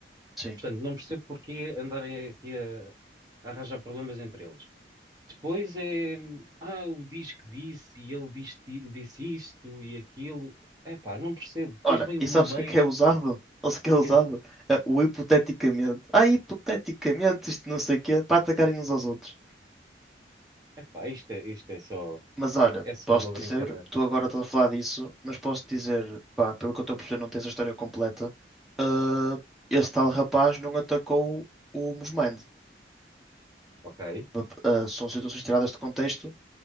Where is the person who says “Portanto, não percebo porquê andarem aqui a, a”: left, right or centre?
Right